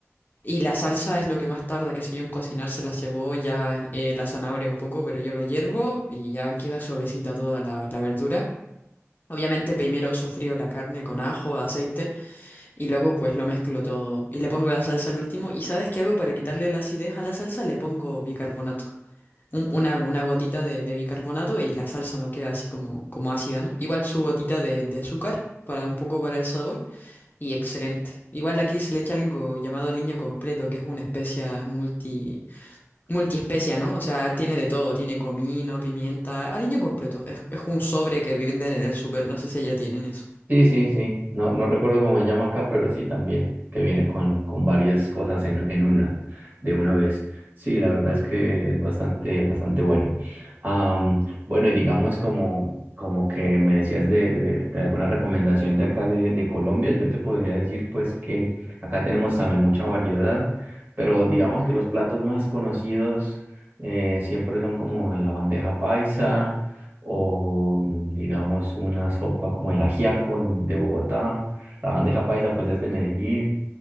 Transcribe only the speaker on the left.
Y la salsa es lo que más tarda, que sé yo, en cocinarse la cebolla, eh, la zanahoria un poco, pero yo lo hiervo y ya queda suavecita toda la, la verdura. Obviamente primero sofrío la carne con ajo, aceite. Y luego pues lo mezclo todo y le pongo la salsa al último. ¿Y sabes qué hago para quitarle la acidez a la salsa? Le pongo bicarbonato. Un- una, una gotita de, de bicarbonato y la salsa no queda así como, como ácida, ¿no? Igual su gotita de, de azúcar para un poco para el sabor y excelente. Igual aquí se le echa algo llamado aliño completo, que es una especia multi, multiespecia, ¿no? O sea, tiene de todo, tiene comino, pimienta, aliño completo. Es, es un sobre que venden en el súper, no sé si allá tienen eso.